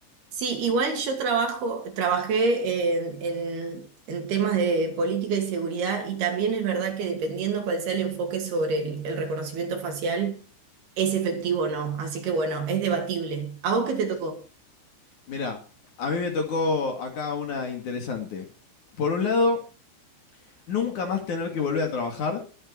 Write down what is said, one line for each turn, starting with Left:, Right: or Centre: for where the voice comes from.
Right: Sí, igual yo trabajo, trabajé en, en- en temas de política y seguridad y también es verdad que dependiendo cuál sea el enfoque sobre el, el reconocimiento facial, es efectivo o no. Así que bueno, es debatible. ¿A vos qué te tocó?
Left: Mirá, a mí me tocó acá una interesante. Por un lado, nunca más tener que volver a trabajar,